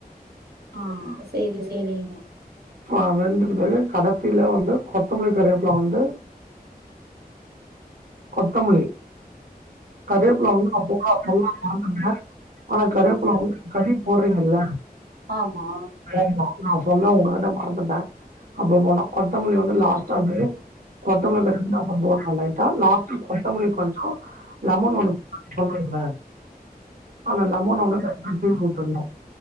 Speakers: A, on the right; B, on the right.
A: ஆமா சேரி சேரிங்க
B: ஆ வெண்டுட்டு பிறகு கடைத்தில வந்து கொத்தமல்லி கருவேப்ல வந்து கொத்தமல்லி கரேப்பல வந்து <unintelligible> ஆனா கருவேப்புல வந்து கதி போடுறீங்கல்ல
A: ஆமா
B: ஆமா நா சொன்ன உங்ககிட்ட மறந்துட்ட அப்ப போனோ கொத்தமல்லி வந்து லாஸ்ட்டா அப்டே கொத்தமல்லி போட்னு லைட்டா லாஸ்ட் கொத்தமல்லி கொஞ்சோ லமன் ஒண்ணு <inaudible> சொன்னல ஆனா லமன் ஒன்னு லைட்டா தூவி உட்ருணு